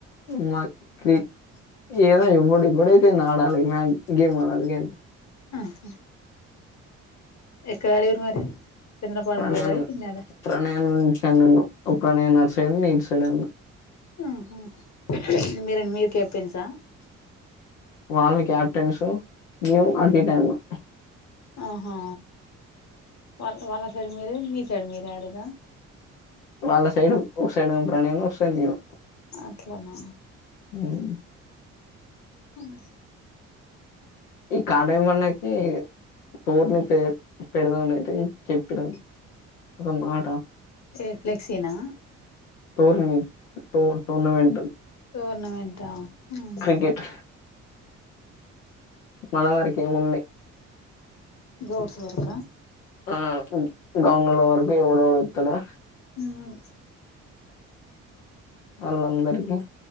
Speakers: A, on the left; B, on the left.
A: మాక్ క్రీక్ ఏదో ఇవ్వడు ఇవ్వడు అయితెంది ఆడాలి మ్య గేమ్ ఆడాలి గ
B: అ హ ఎక్కడ ఆడార్రి మరి చంద్రపాడుకు
A: ప్రణయన్
B: పోయిర్రా ఈడ్నాడ
A: ప్రణయన్ ఫ్రెండ్ ను ఒక నేనొసైడ్ నీసైడ్
B: మ్ హ్ మిరెన్ మీరు కెప్టెన్సా
A: వాల్ని కెప్టెన్స్ మేము అటు ఇటు ఆడినం.
B: ఆహా వాళ్ళు వాళ్ల మరి మీరే మీసైడ్ మీరే ఆడిర్రా
A: వాళ్ళ సైడ్ ఒక సైడ్ ప్రణయ్ను ఒకసైడ్ నేను
B: అట్లనా
A: ఉమ్
B: ఇంగ
A: ఈ కార్డె మనకి టోర్ని పె పెడదాం అని అయితే చెప్పిన ఒక మాట
B: ఎ సేల్ఫ్లెక్సీనా
A: టోర్నీ టో టోర్నమెంట్
B: టోర్నమెంటా ఉమ్
A: క్రికెట్ మనవర్కే ఓన్లీ
B: గౌడ్స్ వర్కా
A: ఆ గౌండ్లోల్ల వరకు ఎవడొడోత్తడు
B: ఉమ్
A: అళ్ళందరికి